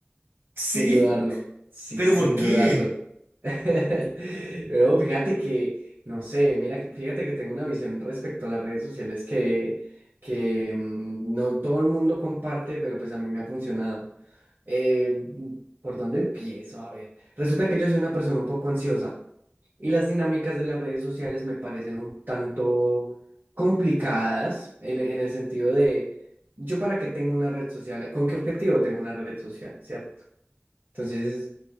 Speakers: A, on the right; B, on the right.
A: Sí,
B: sin dudarlo. Sí,
A: pero
B: sin
A: ¿por qué?
B: dudarlo. <laughs> Pero fíjate que, no sé, mira, que- fíjate que tengo una visión respecto a las redes sociales que, que mm, no todo el mundo comparte, pero pues a mí me ha funcionado. Eh, ¿por dónde empiezo? A ver, resulta que yo soy una persona un poco ansiosa. y las dinámicas de las redes sociales me parecen un tanto complicadas en, en el sentido de, ¿yo para qué tengo una red social? ¿Con qué objetivo tengo una red social? ¿Cierto? Entonces